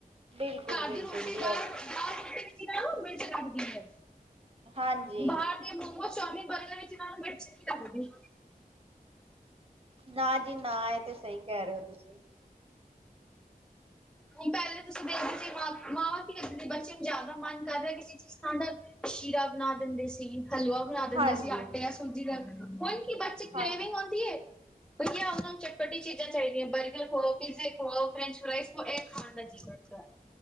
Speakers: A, on the right; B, in the centre.
A: ਬਿਲਕੁਲ
B: ਘਾਰ
A: ਬਿਲਕੁਲ
B: ਦੀ ਰੋਟੀ
A: ਜੀ
B: <unintelligible> ਦਾਲ
A: ਇਹ ਤਾਂ
B: <unintelligible> ਦਾਲ ਰੋਟੀ <unintelligible> ਉਨੂੰ ਮਿਰਚ ਲੱਗਦੀ ਹੈ
A: ਹਾਂਜੀ
B: ਬਾਹਰ ਦੇ ਉਹ ਚੌਮਿਨ ਬਰਗਰ ਵਿੱਚ ਇਹਨਾਂ ਨੂੰ ਮਿਰਚ ਨੀ ਲੱਗਦੀ ਆ
A: ਨਾ ਜੀ ਨਾ ਇਹ ਤੇ ਸਹੀ ਕਹਿ ਰਹੇ ਹੋ ਤੁਸੀਂ
B: ਹੁਣ ਪਹਿਲਾਂ ਤੁਸੀਂ ਦੇਖਦੇ <unintelligible> ਮਾਵਾਂ ਕੀ ਕ ਸੀ ਬੱਚੇ ਨੂੰ ਜ਼ਿਆਦਾ ਮਨ ਕਰ ਰਿਹਾ ਕਿਸੇ ਚੀਜ਼ ਖਾਣ ਦਾ ਸ਼ੀਰਾ ਬਣਾ ਦਿੰਦੇ ਸੀ ਹਲਵਾ ਬਣਾ ਦਿੰਦੇ
A: ਹਾਂਜੀ
B: ਸੀ ਆਟੇ ਯਾਂ ਸੂਜੀ ਦਾ ਹੁਣ ਕੀ ਬੱਚੇ ਕ੍ਰਵਿੰਗ
A: ਹਾਂਜੀ
B: ਹੋਂਦੀ ਏ ਭਈਆ ਉਨ੍ਹਾਂ ਨੂੰ ਚਟਪੱਟੀ ਚੀਜ਼ਾਂ ਚਾਹੀਦੀਆਂ ਬਰਗਰ ਖਵਾਓ ਪੀਜ਼ੇ ਖਵਾਉ ਫਰੈਂਚ ਫਰਾਈਜ਼ ਹੁਣੇ ਏ ਖਾਣ ਦਾ ਜੀ ਕਰਦਾ